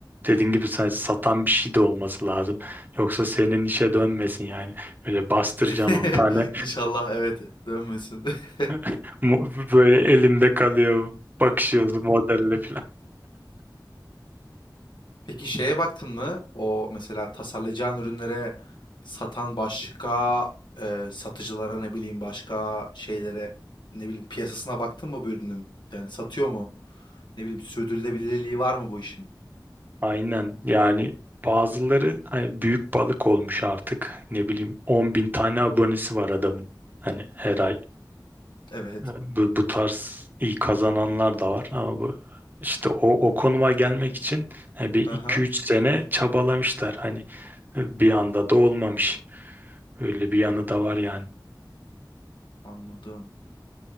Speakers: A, on the right; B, on the left.
A: Dediğin gibi sen satan bir şey de olması lazım. Yoksa senin işe dönmesin yani. Böyle bastıracaksın
B: <laughs>
A: 10 tane.
B: İnşallah evet dönmesin. <laughs>
A: <laughs> Mu- Böyle elimde kalıyor. Bakışıyoruz modelle
B: Peki şeye baktın mı? O mesela tasarlayacağın ürünlere satan başka e, satıcılara ne bileyim başka şeylere ne bileyim piyasasına baktın mı bu ürünün? Yani satıyor mu? Ne bileyim sürdürülebilirliği var mı bu işin?
A: Aynen yani bazıları hani büyük balık olmuş artık ne bileyim on bin tane abonesi var adamın hani her ay
B: Evet.
A: E, bu, bu tarz iyi kazananlar da var ama bu işte o, o konuma gelmek için e, bir
B: Hı
A: iki
B: hı.
A: üç sene çabalamışlar hani e, bir anda da olmamış öyle bir yanı da var yani.
B: Anladım.